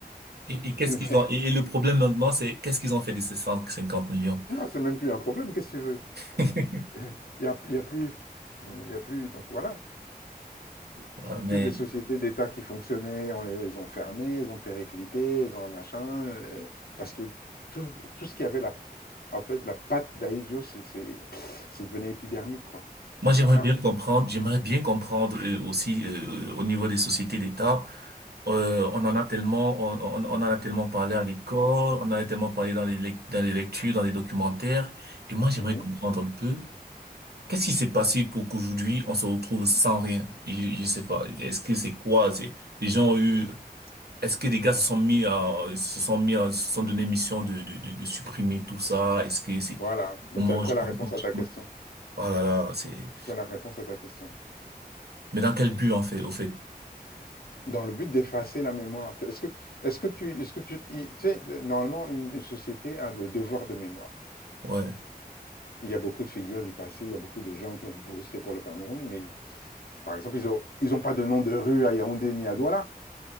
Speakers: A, on the right; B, on the left.
A: Et, et qu'est-ce
B: <laughs>
A: qu'ils ont, et, et le problème maintenant, c'est qu'est-ce qu'ils ont fait de ces 150 millions?
B: Non, c'est même plus un problème. Qu'est-ce que tu veux?
A: <laughs>
B: <laughs> Il y a, il y a plus. Il y a plus. Donc voilà.
A: Ah, mais
B: toutes les sociétés d'État qui fonctionnaient, on les ont fermées, elles ont périclité, elles ont machin, euh, parce que tout, tout ce qui avait la, en fait, la patte d'Aïdjo, c'est c'est- c'est devenu épidermique, quoi.
A: moi,
B: Donc
A: j'aimerais
B: c'est ça.
A: bien comprendre, j'aimerais bien comprendre euh, aussi euh, au niveau des sociétés d'État. Euh, on en a tellement, on, on, on en a tellement parlé à l'école, on en a tellement parlé dans les, lec- dans les lectures, dans les documentaires. Et moi, j'aimerais
B: Mhm.
A: comprendre un peu qu'est-ce qui s'est passé pour qu'aujourd'hui, on se retrouve sans rien. Je, je sais pas. Est-ce que c'est quoi? C'est, les gens ont eu Est-ce que les gars se sont mis à, se sont mis à, se sont donné mission de, de, de, de supprimer tout ça? Est-ce que c'est,
B: Voilà. Mais
A: on
B: tu
A: mange
B: as, tu as la
A: tout,
B: réponse
A: tout-
B: à ta question.
A: tout- Oh là là, c'est,
B: Tu as la réponse à ta question.
A: mais dans quel but, en fait, au fait?
B: Dans le but d'effacer la mémoire, est-ce que, est-ce que tu, est-ce que tu, il- tu sais, le- normalement, une, une société a le devoir de mémoire.
A: Ouais.
B: Il y a beaucoup de figures du passé, il y a beaucoup de gens qui ont bossé pour le Cameroun, mais Par exemple, ils ont ils ont pas de nom de rue à Yaoundé ni à Douala.